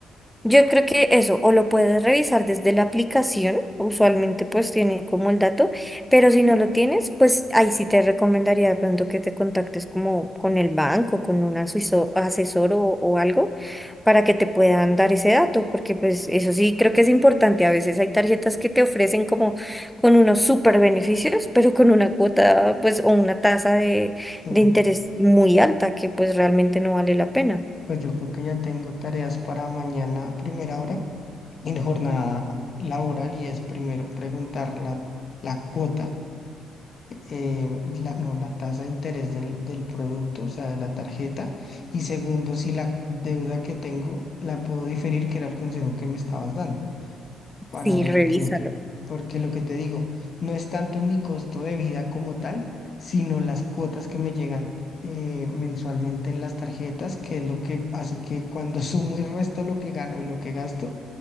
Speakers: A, in the centre; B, on the left.
A: Yo creo que eso, o lo puedes revisar desde la aplicación, usualmente pues tiene como el dato, pero si no lo tienes, pues ahí sí te recomendaría de pronto que te contactes como con el banco, con un asuiso- asesor o, o algo, para que te puedan dar ese dato, porque pues eso sí creo que es importante. A veces hay tarjetas que te ofrecen como con unos super beneficios, pero con una cuota pues o una tasa de,
B: Sí,
A: de interés muy alta que pues realmente no vale la pena.
B: Pues yo creo que ya tengo tareas para mañana, primera hora. en jornada laboral y es primero preguntar la, la cuota, eh, la, no, la tasa de interés del, del producto, o sea, de la tarjeta, y segundo, si la deuda que tengo la puedo diferir, que era el consejo que me estabas dando para
A: Sí,
B: ver
A: revísalo.
B: qué. Porque lo que te digo, no es tanto mi costo de vida como tal, sino las cuotas que me llegan eh, mensualmente en las tarjetas, que es lo que hace que cuando <laughs> sumo y resto lo que gano y lo que gasto,